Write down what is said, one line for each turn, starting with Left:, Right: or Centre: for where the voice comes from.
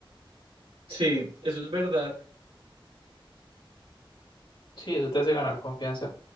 Right: Sí, eso es verdad.
Left: Sí, eso te hace ganar confianza.